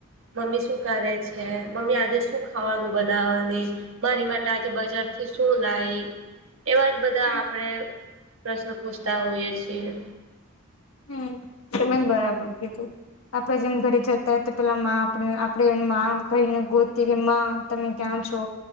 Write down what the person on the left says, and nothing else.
હમ
હમ તમે બરાબર કીધું આપડે જેમ ઘરે જતા હોય તો પેલા આપણે માં કઈને ગોતી કે તમે ક્યાં છો?